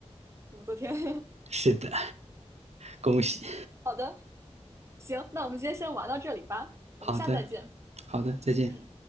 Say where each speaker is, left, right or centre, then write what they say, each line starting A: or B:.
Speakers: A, on the right; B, on the right.
A: 武则天。<laughs>
B: 是的，恭喜！
A: 好的，行，那我们今天先玩到这里吧，我们下次再见。
B: 好的，好的，再见。
A: 嗯。